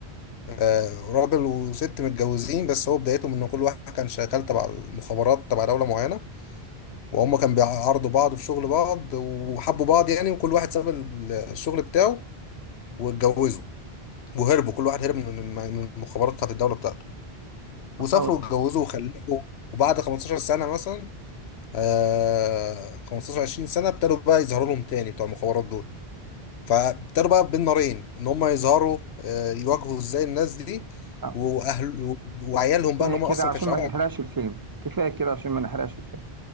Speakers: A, on the left (about 80°); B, on the right (about 35°).
A: آه، راجل وست متجوزين بس هو بدايته من ان كل واحد كان شغال تبع المخابرات تبع دولة معينة وهم كانوا بيعرضوا بعض في شغل بعض وحبوا بعض يعني وكل واحد ساب ال- الشغل بتاعه واتجوزوا وهربوا كل واحد هرب من من من المخابرات بتاعت الدولة بتاعته وسافروا
B: احاول
A: واتجوزوا وخلفوا وبعد 15 سنة مثلا آه 15 20 سنة ابتدوا بقى يظهروا لهم تاني بتوع المخابرات دول فابتدوا بقى بين نارين ان هم يظهروا آه يواجهوا ازاي الناس دي
B: أفهم.
A: واهل وعيالهم
B: كفايه
A: بقى ان هم اصلا
B: كده عشان
A: ما كانش
B: ما
A: عارفهم
B: نحرقش الفيلم كفايه كده عشان ما نحرقش الفيلم